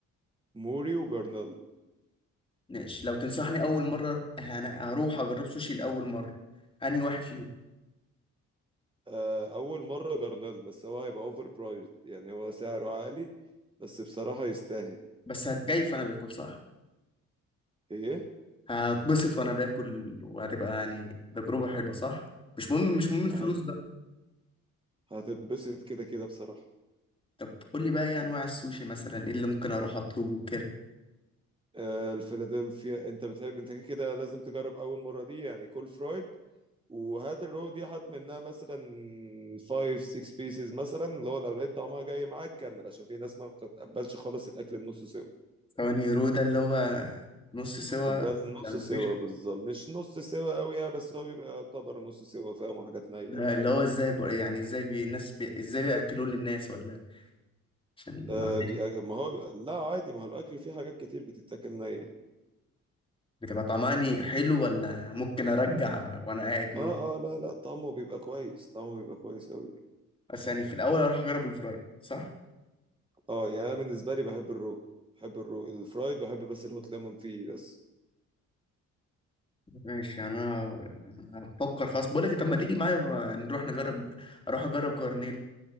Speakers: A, on the right (about 15°); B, on the left (about 15°).
A: موري وجرنال
B: ماشي لو تنصحني اول مرة انا هروح اجرب سوشي لاول مرة انهي واحد فيهم
A: آه، اول مرة جرنال بس هو هيبقى اوفر برايزد يعني هو سعره عالي بس بصراحة يستاهل
B: بس هتكيف انا باكل صح
A: ايه
B: هتبسط وانا باكل وهتبقى يعني تجربة حلوة صح؟ مش مهم مش مهم الفلوس
A: هت-
B: بقى
A: هتتبسط كده كده بصراحة
B: طب قول لي بقى ايه انواع السوشي مثلا ايه اللي ممكن اروح اطلبه كده
A: آه، الفيلادلفيا انت بتحب انت كده كده لازم تجرب اول مره دي يعني كول فرويد وهات الرو دي هات منها مثلا 5 6 بيسز مثلا اللي هو لو لقيت طعمها جاي معاك كمل عشان في ناس ما بتتقبلش خالص الاكل النص سوا
B: ثواني رو ده اللي هو نص سوا
A: ده النص
B: لا مفيش
A: سوا بالظبط مش نص سوا قوي يعني، بس هو بيبقى يعتبر نص سوا فاهم حاجات نيه
B: ده
A: وبتاع
B: اللي هو ازاي بقى يعني ازاي بي الناس بي ازاي بياكلوه للناس ولا إيه؟ عشان
A: آه
B: معلش
A: بيبقى ما هو بيبقى لا عادي ما هو الاكل فيه حاجات كتير بتتاكل نيه
B: بتبقى طعماني حلو ولا ممكن ارجع وانا قاعد منه
A: اه اه لا لا طعمه بيبقى كويس طعمه بيبقى كويس قوي
B: بس يعني في الاول اروح اجرب الفرايد صح
A: اه يعني انا بالنسبه لي بحب الرو بحب الرو الفرايد بحب بس الهوت ليمون فيه بس
B: ماشي انا أنا هفكر خلاص بقول لك إيه، طب ما تيجي معايا نروح نجرب اروح اجرب جرنيل